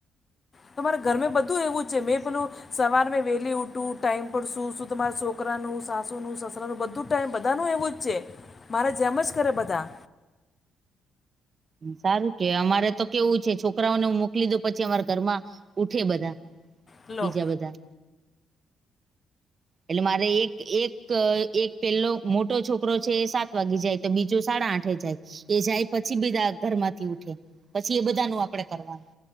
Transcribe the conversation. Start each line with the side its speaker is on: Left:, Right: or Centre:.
Left: તમારે ઘર મે બધું એવું છે, મેં પેલું સવારમે વેલી ઉઠું ટાઈમ પર શું શુ તમારા શોકરાનું, સાસુનું, સસરાનું, બધું ટાઈમ બધા નુ એવુંજ છે. મારા જેમજ કરે બધા.
Right: સારું કે, અમારે તો કેવું છે છોકરાઓને હું મોકલી દઉ પછી અમારા ઘરમાં ઉઠે બધા.
Left: હલો
Right: બીજા બધા એટલે મારે એક એક ક એક પેલો મોટો છોકરો છે એ સાત વાગે જાય, તો બીજું સાડા આઠે જાય. એ જાય પછી બીધા ઘર માંથી ઉઠે, પછી એ બધા નું આપડે કરવાનું.